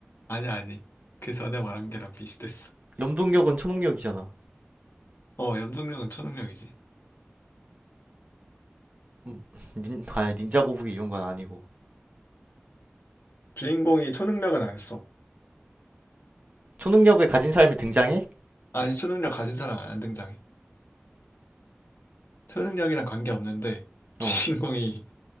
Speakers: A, on the left; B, on the right.
A: 아니, 아니. 그 전에 말한 게랑 비슷했어.
B: 염동력은 초능력이잖아.
A: 어, 염동력은 초능력이지.
B: 음, 닌, 아, 닌자 거북이 이런 건 아니고.
A: 주인공이 초능력은 안 했어.
B: 초능력을 가진 사람이 등장해?
A: 아니, 초능력 가진 사람 안 등장해. 초능력이랑 관계없는데,
B: 어,
A: 주인공이